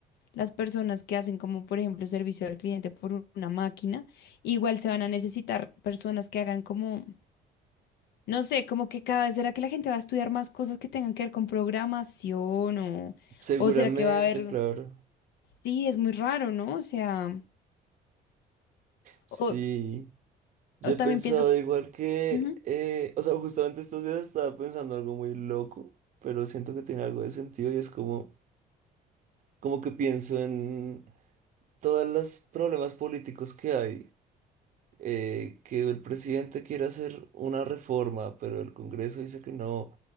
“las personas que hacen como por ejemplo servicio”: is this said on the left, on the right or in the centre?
Left